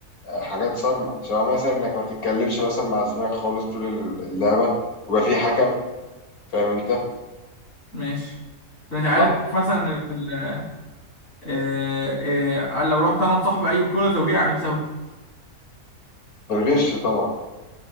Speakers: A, on the left (about 75°); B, on the left (about 60°).
A: آه، حاجات صارمة شبه مثلا إنك ما تتكلمش مثلا مع زميلك خالص طول اللعبة ويبقى في حكم فاهم انت
B: ماشي طب انت عارف
A: صح
B: مثلا ال... آه، آه، لو رحت انا وصاحبي اي بطولة زوجية هنكسبها
A: بالغش طبعا